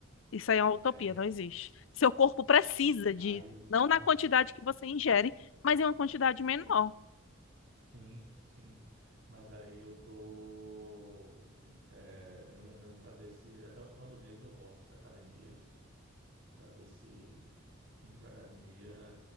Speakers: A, on the left; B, on the right.
A: Isso aí é uma utopia,
B: é,
A: não existe. Seu corpo precisa de.
B: aí
A: Não na quantidade que você ingere, mas em uma quantidade menor.
B: sim, sim. Mas aí eu tô é, me organizando para ver se até o final do mês eu volto para academia, para ver se indo para academia,